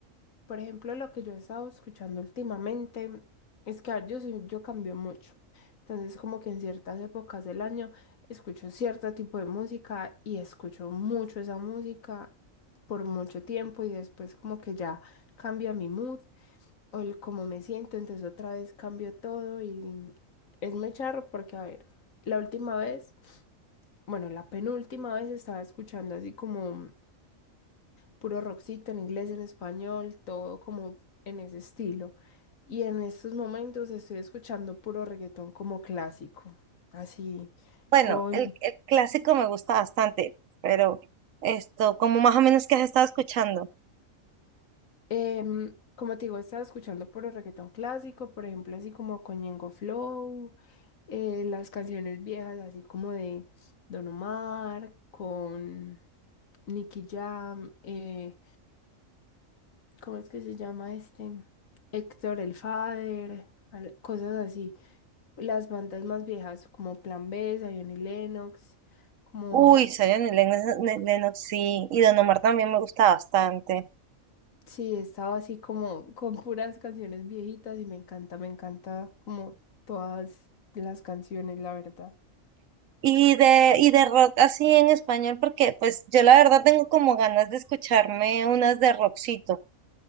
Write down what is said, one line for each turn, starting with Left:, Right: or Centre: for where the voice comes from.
Left: Por ejemplo, lo que yo he estado escuchando últimamente es que a ver, yo, soy- yo cambio mucho. Entonces, como que en ciertas épocas del año escucho cierto tipo de música y escucho mucho esa música por mucho tiempo y después como que ya cambia mi mood o el cómo me siento, entonces otra vez cambio todo y es muy charro porque, a ver, la última vez, bueno, la penúltima vez estaba escuchando así como puro rockcito en inglés, en español, todo como en ese estilo. Y en estos momentos estoy escuchando puro reggaetón como clásico, así
Right: Bueno,
Left: con,
Right: el, el clásico me gusta bastante, pero esto, como más o menos que has estado escuchando.
Left: em, como te digo, estaba escuchando puro reggaetón clásico, por ejemplo, así como con Ñengo Flow, eh, las canciones viejas, así como de Don Omar, con Nicky Jam, eh, ¿cómo es que se llama este? Héctor el Father, al- cosas así. las bandas más viejas, como Plan B, Zion y Lennox, como,
Right: Uy, Zion y Lennox, Le- Lennox, sí. Y Don Omar también me gusta bastante.
Left: sí, estaba así como con puras canciones viejitas y me encanta, me encanta como todas las canciones, la verdad.
Right: Y de, y de rock así en español, porque pues yo la verdad tengo como ganas de escucharme unas de rockcito.